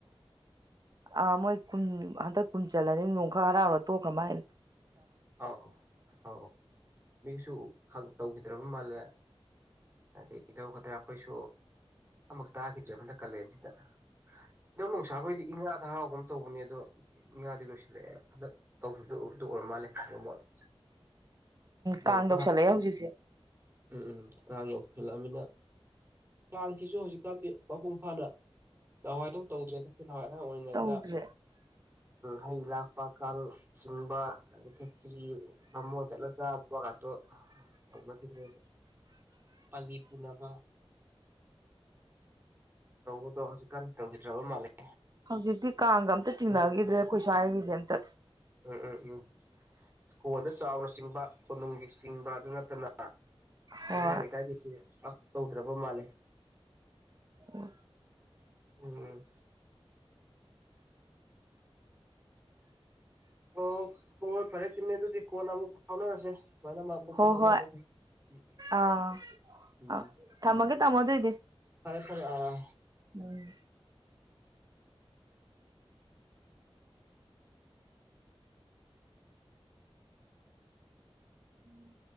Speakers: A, on the right; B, on the right.
A: ꯑ ꯃꯣꯏ ꯀꯨꯟ ꯍꯟꯇꯛ ꯀꯨꯟꯆꯂꯅꯤ ꯅꯣ ꯈꯔ ꯍꯔꯥꯎꯔ ꯇꯣꯛꯈ꯭ꯔ ꯃꯥꯥꯏ
B: ꯑ ꯑ ꯁꯨ ꯇꯧꯈꯤꯗ꯭ꯔꯕ ꯃꯥꯜꯂꯦ ꯑꯗꯒꯤ ꯏ ꯇꯧꯒꯗ꯭ꯔꯥ ꯑꯩꯈꯣꯏꯁꯨ ꯑꯃꯨꯛ ꯇꯥꯈꯤꯗ꯭ꯔꯦ ꯍꯟꯗꯛ ꯀꯥꯂꯦꯟꯁꯤꯗ ꯑꯗꯣ ꯅꯨꯡꯁꯥ ꯍꯣꯏꯗꯤ ꯏ ꯉꯥꯗ ꯍꯔꯥꯎꯒꯨꯝ ꯇꯧꯕꯅꯦ ꯑꯗꯣ ꯏꯉꯥꯗꯤ ꯂꯣꯏꯁꯤꯜꯂꯛꯑꯦ ꯍꯟꯗꯛ ꯇꯧꯈꯤꯕꯗꯨ ꯎꯦ ꯎꯔꯝꯃꯥꯂꯦ <unintelligible> ꯎꯝ
A: ꯀꯥꯡ ꯌꯧꯁꯜꯂꯛꯑꯦ ꯍꯧꯖꯤꯛꯁꯦ
B: ꯎꯝ ꯑꯉꯥꯡ ꯌꯧꯁꯤꯜꯂꯛꯑꯃꯤꯅ ꯀꯥꯡꯁꯤꯁꯨ ꯍꯧꯖꯤꯛꯀꯥꯟꯗꯤ ꯃꯄꯨꯡ ꯐꯥꯅ ꯅꯍꯥꯋꯥꯏꯗꯧꯅ ꯇꯧꯗ꯭ꯔꯦ ꯈ ꯑꯉꯍꯥꯡ ꯑꯣꯏꯔꯤꯉꯩꯗ
A: ꯇꯧꯗ꯭ꯔꯦ
B: ꯍꯩ ꯂꯥꯛꯄ ꯀꯥꯡ ꯆꯤꯡꯕ ꯑꯗ ꯈꯦꯆꯔꯤ ꯚꯝꯃꯣꯟ ꯆꯠꯂ ꯆꯥꯕꯒꯠꯇꯣꯃ ꯀꯗ꯭ꯔꯦ ꯀꯥꯂꯤ ꯄꯨꯅꯕ ꯇꯧꯕꯗꯣ ꯍꯧꯖꯤꯛꯀꯥꯟ ꯇꯧꯈꯤꯗ꯭ꯔꯕ ꯃꯥꯜꯂꯦ
A: ꯍꯧꯖꯤꯛꯇꯤ ꯀꯥꯡꯒ ꯑꯝꯇ ꯆꯤꯡꯅꯈꯤꯗ꯭ꯔꯦ
B: ꯍꯨꯗ꯭ꯔꯦ
A: ꯑꯩꯈꯣꯏ ꯁ꯭ꯋꯥꯏꯒꯤꯁꯦ ꯑꯝꯇ
B: ꯎꯝ ꯎꯝ ꯎꯝ ꯍꯣꯟꯗ ꯆꯥꯎꯅ ꯆꯤꯡꯕ ꯀꯣꯅꯨꯡꯒꯤ ꯆꯤꯡꯕ ꯑꯗꯨ ꯅꯠꯇꯅ
A: ꯍꯣꯏ
B: ꯂꯩꯀꯥꯏ ꯂꯩꯀꯥꯏꯒꯤꯁꯤ ꯄꯥꯛ ꯇꯧꯗ꯭ꯔꯕ ꯃꯥꯜꯂꯦ
A: ꯎ
B: ꯎꯝ ꯑꯣ ꯍꯣꯏ ꯍꯣꯏ ꯐꯔꯦ ꯆꯨꯝꯃꯦ ꯑꯗꯨꯗꯤ ꯀꯣꯟꯅ ꯑꯃꯨꯛ ꯐꯥꯎꯅꯔꯁꯦ ꯁꯨꯃꯥꯏꯅ ꯃꯥ ꯃꯔꯛꯇ
A: ꯍꯣ
B: ꯐꯥꯎꯅꯕ
A: ꯍꯣꯏ
B: ꯐꯩ ꯎꯝ
A: ꯑꯥ
B: ꯎꯝ
A: ꯑꯥ ꯊꯝꯃꯒꯦ ꯇꯥꯃꯣ ꯑꯗꯨꯏꯗꯤ
B: ꯐꯔꯦ ꯐꯔꯦ ꯑꯥ
A: ꯎꯝ ꯎꯝ